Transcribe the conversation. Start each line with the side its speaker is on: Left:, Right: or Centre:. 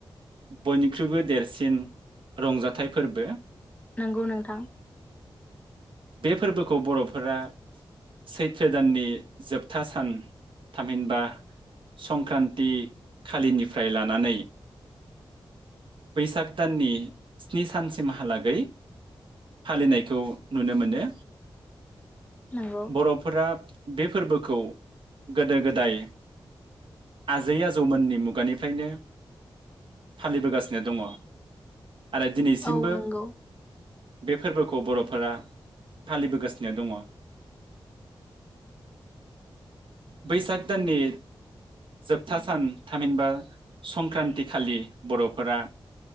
Right: बयनिख्रुइबो देरसिन रंजाथाइ फोरबो।
Left: नंगौ नोंथां
Right: बे फोरबोखौ बर'फोरा सैथ्रो दाननि जोबथा सान थामहिनबा संक्रान्ति खालिनिफ्राय लानानै बैसाग दाननि स्नि सानसिमहालागै फालिनायखौ नुनो मोनो
Left: नंगौ
Right: बर'फोरा बे फोरबोखौ गोदो गोदाय आजै आजौमोननि मुगानिफ्रायनो फालिबोगासिनो दङ। आरो दिनैसिमबो
Left: औ नंगौ
Right: बे फोरबोखौ बर'फोरा फालिबोगासिनो दङ। बैसाग दाननि जोबथा सान थामहिनबा संक्रान्ति खालि बर' फोरा